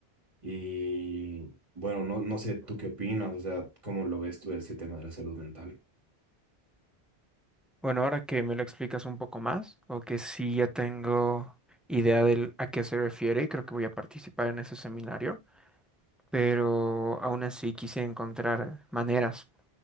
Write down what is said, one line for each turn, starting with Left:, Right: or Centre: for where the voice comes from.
Right: Y bueno, no, no sé tú qué opinas, o sea, ¿cómo lo ves tú ese tema de la salud mental?
Centre: Bueno, ahora que me lo explicas un poco más, o que sí ya tengo idea de a qué se refiere y creo que voy a participar en ese seminario, pero aún así quise encontrar maneras,